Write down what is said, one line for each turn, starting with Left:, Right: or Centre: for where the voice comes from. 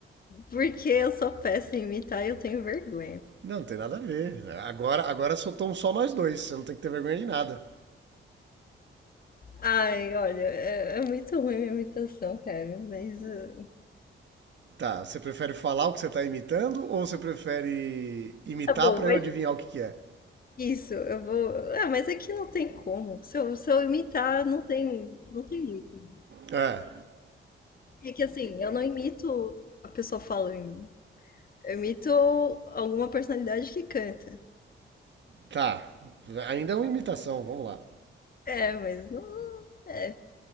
Left: Porque eu sou péssima em imitar e eu tenho vergonha.
Right: Não, não tem nada a ver. Agora, agora soltamos só nós dois, você não tem que ter vergonha de nada.
Left: Ai, olha, é, é muito ruim minha imitação, cara. Mas ah,
Right: Tá, você prefere falar o que você tá imitando ou você prefere imitar
Left: tá bom,
Right: pra
Left: mas
Right: eu adivinhar o que que é?
Left: isso, eu vou. Ah, mas aqui não tem como. Se eu, se eu imitar, não tem, não tem muito.
Right: É,
Left: É que assim, eu não imito a pessoa falando. Eu imito alguma personalidade que canta.
Right: tá. Ainda é uma imitação, vamos lá.
Left: É, mas não. É,